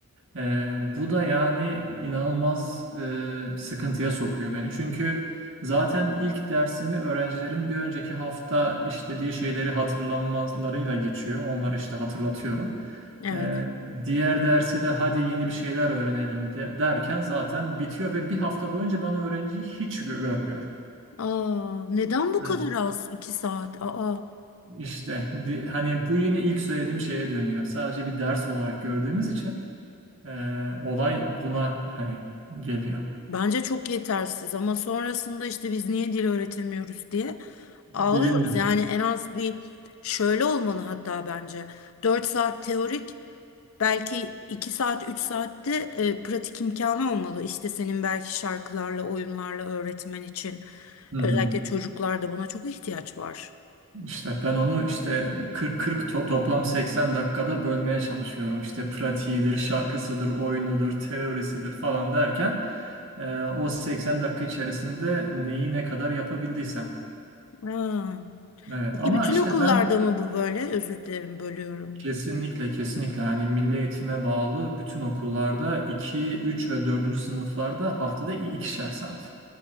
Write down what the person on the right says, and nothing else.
Ee, bu da yani inanılmaz e, sıkıntıya sokuyor beni. Çünkü zaten ilk dersimi öğrencilerin bir önceki hafta işlediği şeyleri hatırlamalarıyla geçiyor. Onları işte hatırlatıyorum.
Ee, diğer dersi de hadi yeni bir şeyler öğrenelim de- derken zaten bitiyor ve bir hafta boyunca ben öğrenciyi hiç gö- görmüyorum.
Evet.
İşte di- hani bu yine ilk söylediğim şeye dönüyor. Sadece bir ders olarak gördüğümüz için e, olay buna hani geliyor.
Değil
mi?
Hı
hı.
İşte ben onu işte 40-40 to- toplam 80 dakikada bölmeye çalışıyorum. İşte pratiğidir, şarkısıdır, oyunudur, teorisidir falan derken e, o 80 dakika içerisinde neyi ne kadar yapabildiysem.
Evet
ama
işte
ben
kesinlikle kesinlikle hani milli eğitime bağlı bütün okullarda 2, 3 ve dördüncü sınıflarda haftada i- ikişer saat.